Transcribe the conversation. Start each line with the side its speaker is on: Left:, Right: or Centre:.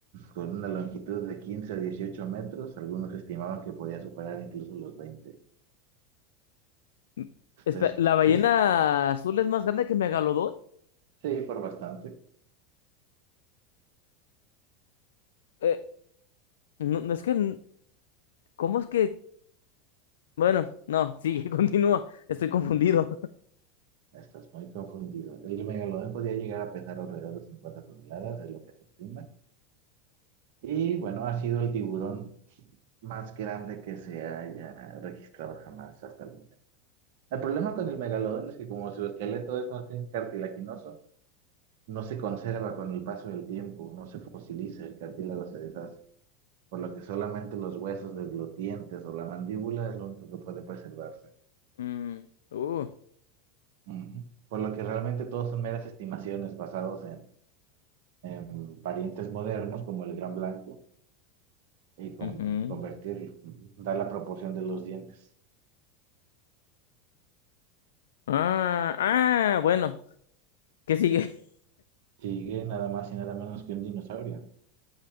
Right: con una longitud de 15 a 18 metros. Algunos estimaban que podía superar incluso los 20.
Left: Mm,
Right: Entonces,
Left: espe- ¿la ballena
Right: entonces,
Left: azul es más grande que Megalodón?
Right: sí, por bastante.
Left: Eh, no, no es que... n- ¿Cómo es que...? Bueno, no, sigue, <laughs> continúa. Estoy confundido.
Right: Estás muy confundido. El megalodón podía llegar a pesar alrededor de 50 toneladas, es lo que se estima. Y bueno, ha sido el tiburón más grande que se haya registrado jamás hasta el momento. El problema con el megalodón es que como su esqueleto es más bien cartilaginoso, no se conserva con el paso del tiempo, no se fosiliza, el cartílago se deshace, por lo que solamente los huesos de los dientes o la mandíbula es lo único que puede preservarse.
Left: Mm, uh,
Right: Ujú. Por lo que realmente todos son meras estimaciones basadas en, en parientes modernos como el gran blanco y con,
Left: ujú.
Right: convertirlo, ujú, dar la proporción de los dientes.
Left: Ah, ah, bueno. ¿Qué sigue? <laughs>
Right: sigue nada más y nada menos que un dinosaurio.